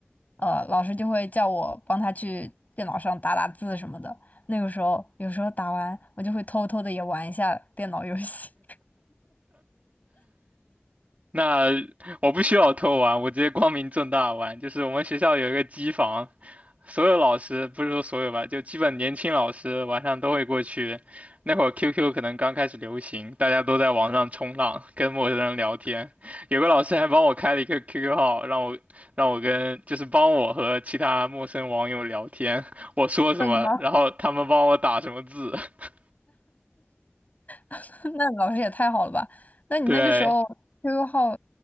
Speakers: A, on the left (about 40°); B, on the right (about 35°).
A: 呃，老师就会叫我帮他去电脑上打打字什么的，那个时候有时候打完我就会偷偷的也玩一下电脑游戏。<laughs>
B: 那我不需要偷玩，我直接光明正大玩。就是我们学校有一个机房，所有老师不是说所有吧，就基本年轻老师晚上都会过去。那会儿 QQ 可能刚开始流行，大家都在网上冲浪，跟陌生人聊天。有个老师还帮我开了一个 QQ 号，让我让我跟就是帮我和其他陌生网友聊天，我说什么，
A: 什么？
B: 然后他们帮我打什么字。<laughs>
A: <laughs> 那老师也太好了吧？那你那个时候
B: 对，
A: QQ 号